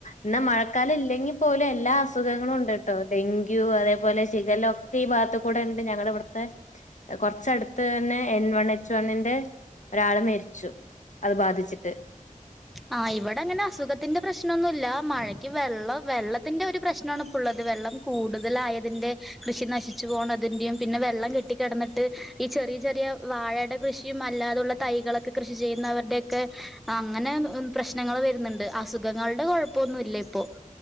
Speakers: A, on the left (about 60°); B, in the centre.
A: ഇ മഴ ക്കാല ഇല്ലെങ്കിൽ പോലും എല്ലാ അസുഖങ്ങളും ഉണ്ട് കേട്ടോ ഡെങ്കു അതേപലെ ശികലൊക്കെ ഈ ഭാഗത്ത് കൂടെ ഞങ്ങള ഇവിടുത്തെ കൊറച്ചടുത്ത് തന്നെ എൻ വൺ എച്ച് വണ്ണിന്റെ ഒരാളെ മരിച്ചു അത് ബാധിച്ചിട്ട്
B: ആ് ഇവിടെ അങ്ങനെ അസുഖത്തിന്റെ പ്രശ്നംന്നുമല്ല മഴയ്ക്ക് വെള്ള വെള്ളത്തിന്റെ ഒരു പ്രശ്നമാണ് ഇപ്പ ഉള്ളത് വെള്ളം കൂടുതലായതിന്റെ കൃഷി നശിച്ചു പോണംതിന്റെയും പിന്നെ വെള്ളം കെട്ട കിടന്നിട്ട് ഈെ ചെറിയ ചെറിയ വാഴയുടെ കൃഷിയും അല്ലാതുള്ള തൈകളൊക്കെ കൃഷി ചെയ്യുന്നവരുടെയൊക്കെ അങ്ങനെ പ്രശ്നങ്ങൾ വരുന്നുണ്ട് അസുഖങ്ങളുടെ കുഴപ്പൊന്നുംല്ല ഇപ്പോൊ